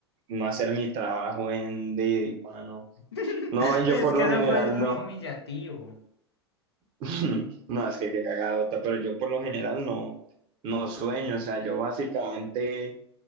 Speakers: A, on the right; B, on the left.
A: no hacer mi trabajo en Didi, mano.
B: <laughs>
A: No, yo
B: Oye, Es
A: por
B: que
A: lo
B: eso
A: general
B: fue es muy
A: no.
B: humillativo.
A: <laughs> No, es que qué cagadota, pero yo por lo general no, no sueño. O sea, yo básicamente